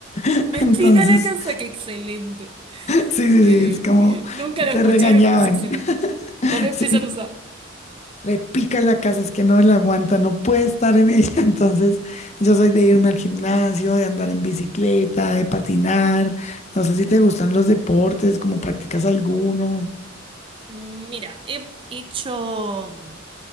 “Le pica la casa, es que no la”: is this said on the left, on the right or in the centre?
Left